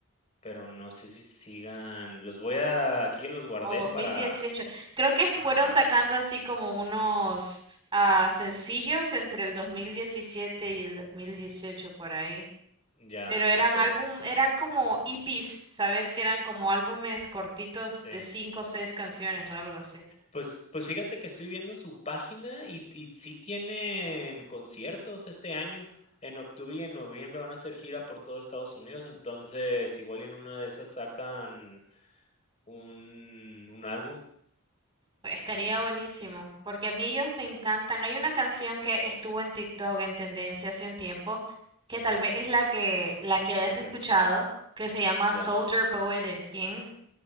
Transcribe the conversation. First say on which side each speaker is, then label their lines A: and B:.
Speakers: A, on the left; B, on the right.
A: pero no sé si sigan los voy a aquí ya los guardé
B: O 2018.
A: para
B: Creo que
A: ajá,
B: fueron sacando así como unos ah, sencillos entre el 2017 y el 2018 por ahí.
A: ya,
B: Pero eran
A: okey,
B: álbum, eran como EPs, ¿sabes? Que eran como álbumes cortitos
A: sí.
B: de cinco o seis canciones o algo así.
A: Pues pues fíjate que estoy viendo su página y y sí tienen conciertos este año. En octubre y en noviembre van a hacer gira por todo Estados Unidos, entonces igual y en una de esas sacan un un álbum,
B: Estaría buenísimo, porque a mí ellos me encantan. Hay una canción que estuvo en TikTok en tendencia hace un tiempo, que tal vez es la que la que hayas
A: la que
B: escuchado, que se llama
A: ya.
B: Soldier Poet and King.